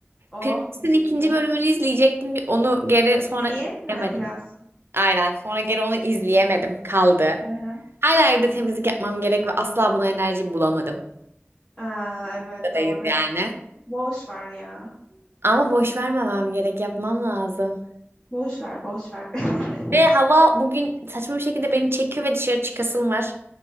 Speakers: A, on the left; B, on the right.
A: Oh
B: Prens'in
A: mis
B: ikinci
A: gibi.
B: bölümünü izleyecektim. Onu geri sonra
A: Neyin?
B: izleyemedim.
A: Ha, prensim.
B: Aynen. Sonra geri onu izleyemedim. Kaldı.
A: Hı hı.
B: Hala evde temizlik yapmam gerek ve asla buna enerji bulamadım.
A: Aa, evet
B: Buradayız
A: doğru.
B: yani.
A: Boş ver ya.
B: Ama boş vermemem gerek. Yapmam lazım.
A: Boş ver, boş ver. <laughs>
B: Ve hava bugün saçma bir şekilde beni çekiyor ve dışarı çıkasım var.